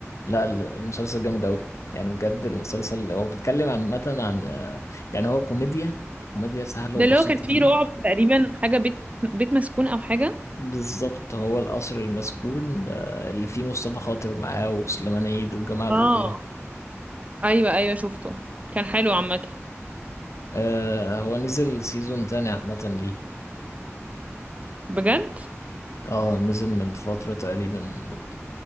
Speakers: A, on the left; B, on the right.
A: لا ال- المسلسل جامد قوي يعني بجد المسلسل هو بيتكلم عامة عن آه، يعني هو كوميديا كوميديا سهلة
B: ده
A: وبسيطة
B: اللي هو كان فيه
A: فيه
B: رعب تقريبا حاجه بيت بيت مسكون او حاجه
A: بالظبط هو القصر المسكون آه، اللي فيه مصطفى خاطر معاه وسليمان عيد والجماعة دول
B: اه
A: كلهم
B: ايوه ايوه شفته كان حلو عامه
A: آه، هو نزل سيزون تاني عامة ليه
B: بجد
A: اه نزل من فترة تقريبا من